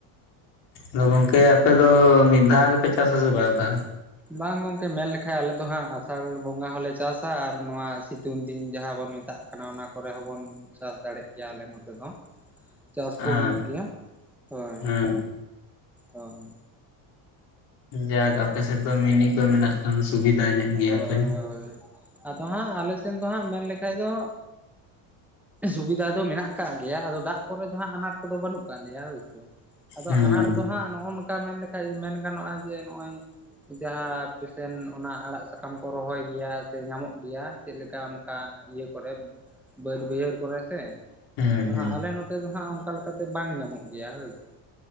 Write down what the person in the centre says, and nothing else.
ᱵᱟᱝ ᱜᱚᱝᱠᱮ ᱢᱮᱱ ᱞᱮᱠᱷᱟ ᱟᱞᱮ ᱫᱚ ᱦᱟᱸᱜ ᱟᱥᱟᱲ ᱵᱚᱸᱜᱟ ᱦᱚᱸᱞᱮ ᱪᱟᱥ ᱟᱨ ᱱᱚᱣᱟ ᱥᱤᱛᱩᱝ ᱫᱤᱱ ᱡᱟᱦᱟᱸ ᱵᱚᱱ ᱢᱮ ᱢᱮᱛᱟᱜ ᱠᱟᱱᱟ ᱚᱱᱟ ᱠᱚᱨᱮ ᱦᱚᱸᱵᱚᱱ ᱪᱟᱥ ᱫᱟᱲᱮᱭᱟᱜ ᱜᱮᱭᱟ ᱟᱞᱮ ᱱᱚᱛᱮ ᱫᱚ᱾ ᱪᱟᱥ
ᱠᱚ ᱦᱩᱭᱩᱜ ᱜᱮᱭᱟ ᱦᱳᱭ
ᱦᱳᱭ᱾
ᱦᱳᱭ
ᱦᱳᱭ ᱟᱫᱚ ᱦᱟᱸᱜ ᱟᱞᱮ ᱥᱮᱱ ᱫᱚ ᱦᱟᱸᱜ ᱢᱮᱱ ᱞᱮᱠᱷᱟᱡ ᱫᱚ ᱥᱩᱵᱤᱫᱷᱟ ᱫᱚ ᱢᱮᱱᱟᱜ ᱟᱠᱟᱫ ᱜᱮᱭᱟ ᱟᱫᱚ ᱫᱟᱜ ᱠᱚᱨᱮ ᱫᱚ ᱦᱟᱸᱜ ᱟᱱᱟᱴ ᱠᱚᱫᱚ ᱵᱟᱹᱱᱩᱜ ᱟᱠᱟᱫ ᱞᱮᱭᱟ ᱦᱳᱭ ᱥᱮ ᱟᱫᱚ
ᱟᱱᱟᱴ ᱫᱚ ᱦᱟᱸᱜ ᱱᱚᱜᱼᱚ ᱱᱚᱝᱠᱟ ᱢᱮᱱ ᱞᱮᱠᱷᱟᱱ ᱢᱮᱱ ᱜᱟᱱᱚᱜᱼᱟ ᱡᱮ ᱱᱚᱜᱼᱚᱭ ᱡᱟᱦᱟᱸ ᱯᱮᱥᱮᱱᱴ ᱚᱱᱟ ᱟᱲᱟᱜ ᱥᱟᱠᱟᱢ ᱠᱚ ᱨᱚᱦᱚᱭ ᱜᱮᱭᱟ ᱥᱮ ᱧᱟᱢᱚᱜ ᱜᱮᱭᱟ ᱪᱮᱫ ᱞᱮᱠᱟ ᱚᱱᱠᱟ ᱤᱭᱟᱹ ᱠᱚᱨᱮ ᱵᱟᱹᱫ ᱵᱟᱹᱭᱦᱟᱹᱲ ᱠᱚᱨᱮ ᱥᱮ
ᱟᱫᱚ
ᱦᱟᱸᱜ ᱟᱞᱮ ᱱᱚᱛᱮ ᱫᱚ ᱦᱟᱸᱜ ᱚᱱᱠᱟ ᱞᱮᱠᱟᱛᱮ ᱵᱟᱝ ᱧᱟᱢᱚᱜ ᱜᱮᱭᱟ ᱦᱳᱭ ᱥᱮ